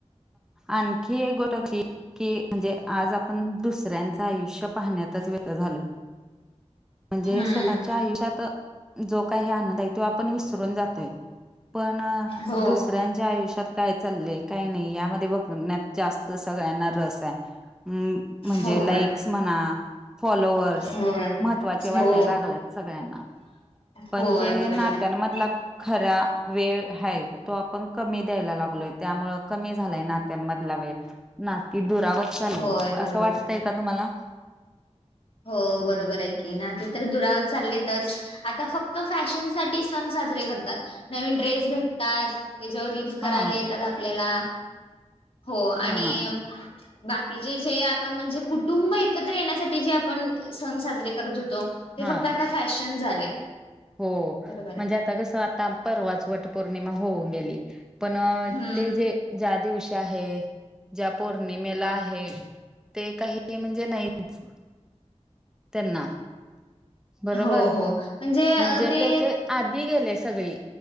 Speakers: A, in the centre; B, on the left (about 50°).
A: आणखी एक गोट कशी की म्हणजे आज आपण दुसऱ्यांचं आयुष्य पाहण्यातच वेळ घाल म्हणजे
B: हम्म
A: स्वतःच्या आयुष्यात जो काही आनंद आहे तो आपण विसरून जातोय पण
B: हो
A: दुसऱ्यां ज्या आयुष्यात काय चाललय, काय नाही यामध्ये बघण्यात जास्त सगळ्यांना रस आहे. हम. म्हणजे
B: होय
A: लाईक्स म्हणा, फॉलोवर्स
B: होय
A: महत्वाचे वाटाय
B: हो
A: लागले. सगळ्यांना, पण
B: होय
A: जे
B: बरोबर
A: नात्यांनमधला
B: आहे
A: खरा वेळ हाय तो आपण कमी द्यायला लागलोय, त्यामुळं कमी झालाय नात्यांनमधला वेळ नाती दुरावत चालली
B: होय बरोबर
A: असं वाटतंय
B: आहे
A: का तुम्हाला?
B: हो बरोबर आहे की, नाते तर दुरावर चाललेतच आता फक्त फॅशन साठी सण साजरे करतात. नवीन ड्रेस भेटतात त्याच्यावर रिल्स करायले
A: हा
B: येता जात प्लेला हो आणि
A: हा
B: बाकीचे जे आपण म्हणजे कुटुंब एकत्र येण्यासाठी जे आप पण सण साजरे करत होतो ते
A: हा
B: फक्त आता फॅशन झाले.
A: हो.
B: बरोबर
A: म्हणजे
B: आहे.
A: आता कसं आता परवाच वट पौर्णिमा होऊन गेली. पण
B: हम्म
A: ते जे ज्या दिवशी आहे ज्या पौर्णिमेला आहे ते काही ते म्हणजे नाहीच. त्यांना बरोबर,
B: हो हो म्हणजे अ,
A: म्हणजे
B: ते
A: त्याचे आधी गेले सगळी.